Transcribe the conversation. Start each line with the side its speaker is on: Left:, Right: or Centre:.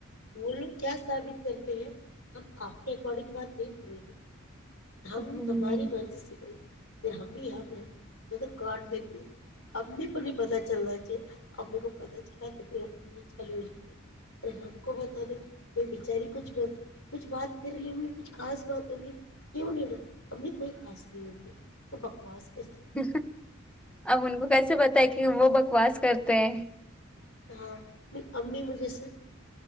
Left: وہ لوگ کیا ثابت کرتے ہیں ہم آپ کے اکارڈنگ بات نہیں کریں گے ہم
Centre: ہمم۔
Left: ہماری مرضی سے ب پھر ہم بھی ہم ہیں میں تو کڈ دیکھی ابمی تو نہیں پتا چل رہا ا کو پ چلامی چال جات اور ہم کو بتا دیں کوئی بچاری کچھ کچھ بات کر رہی ہوںگی کچھ خاص بات ہوںگی کیوں نہیں گا امی کوئی خاص نہیں ہوتی تو بکواس کرتی
Centre: ہ اب ان کو کیسے بتائے کہ وہ بکواس کرتے ہیں
Left: ہاں نہیں امی مجھے سے